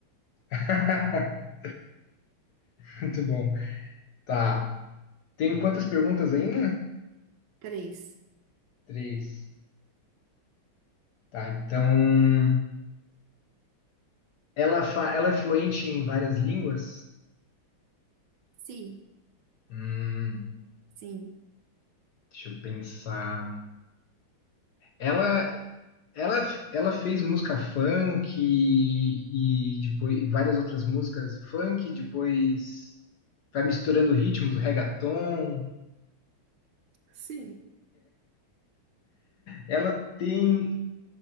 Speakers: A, on the left; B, on the right.
A: <laughs> Muito bom. Tá. Tem quantas perguntas ainda?
B: Três.
A: Três. Tá, então. Ela, fa- ela é fluente em várias línguas?
B: Se,
A: Hum,
B: sim,
A: deixa eu pensar. Ela, ela, ela fez música funk e, e depois e várias outras músicas funk, depois vai misturando ritmos, reggaeton.
B: sim,
A: Ela tem